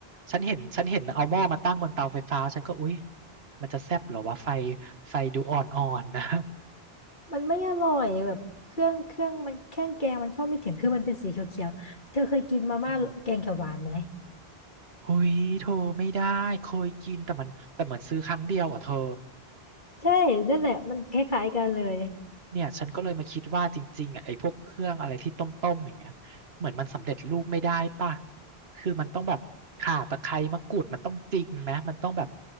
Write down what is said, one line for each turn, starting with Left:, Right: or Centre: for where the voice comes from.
Right: ฉันเห็นฉันเห็นเอาหม้อมาตั้งบนเตาไฟฟ้าฉันก็อุ๊ยมันจะแซ่บเหรอวะไฟไฟดูอ่อนๆนะ
Left: มันไม่อร่อยแบบเครื่องเครื่องมันเครื่องแกงมันเข้าไม่ถึงคือมันเป็นสีเขียวๆเธอเคยกินมาม่าแกงเขียวหวานไหม
Right: <laughs> อ่าหุยโธไม่ได้เคยกินแต่มันแต่เหมือนซื้อครั้งเดียวอ่ะเธอ
Left: ใช่นั่นแหละมันคล้ายๆกันเลย
Right: เนี่ยฉันก็เลยมาคิดว่าจริงๆอ่ะไอ้พวกเครื่องอะไรที่ต้มๆอย่างเงี้ยเหมือนมันสำเร็จรูปไม่ได้ป่ะคือมันต้องแบบข่าตะไคร้มะกรูดมันต้องจริงนะมันต้องแบบ